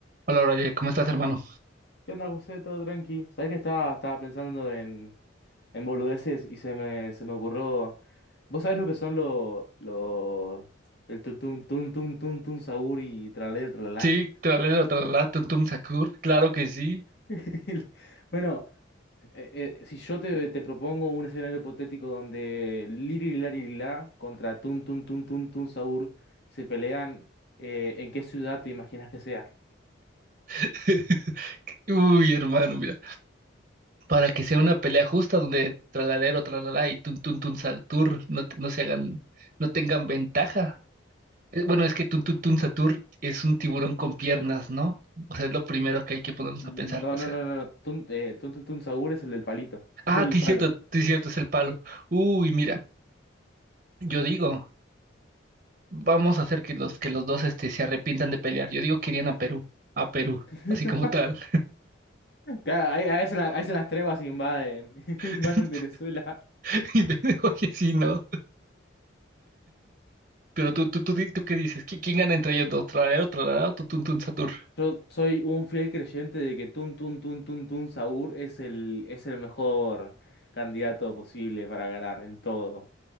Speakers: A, on the right; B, on the left.
A: Hola, Brian, ¿cómo estás, hermano?
B: ¿Qué onda, José? Todo tranqui. ¿Sabés que estaba, estaba pensando en, en boludeces y se me, se me ocurrió. ¿Vos sabés lo que son los. Lo, el tun tun tun tun tun tun saur y tralalero y tralalá?
A: Sí, tralala, tralala, tuntum sakur, claro que sí.
B: <laughs> Bueno, eh, eh, si yo te, te propongo un escenario hipotético donde Liri Lari La contra Tun Tun Tun Tun Tun Saur se pelean, eh, ¿en qué ciudad te imaginas que sea?
A: <laughs> Uy, hermano, mira, para que sea una pelea justa donde tralalero, tralala y tuntum tun satur no, te- no se hagan, no tengan ventaja. Eh, Bueno, es que tuntum tun satur es un tiburón con piernas, ¿no? O sea, es lo primero que hay que ponernos
B: No,
A: a pensar, o
B: no,
A: sea.
B: no, no, no, Tun, eh, Tun Tun Tun Saur es el del palito, <laughs>
A: Ah,
B: es el del
A: sí,
B: palo.
A: cierto, sí, cierto, es el palo. Uy, mira, yo digo, vamos a hacer que los, que los dos este, se arrepientan de pelear. Yo digo que irían a Perú, a Perú,
B: <laughs>
A: así como tal.
B: Claro, ahí, ahí se la- ahí se las trevas invaden, <laughs> invaden
A: <laughs>
B: Venezuela.
A: <laughs> Oye, sí, ¿no? Pero tú, tú, tú, di- ¿tú qué dices? ¿Qui- ¿Quién gana entre ellos dos? ¿Tralalero, tralalero, tutun, tun, satur?
B: Yo soy un fiel creyente de que Tun Tun Tun Tun Tun Saur es el, es el mejor candidato posible para ganar en todo.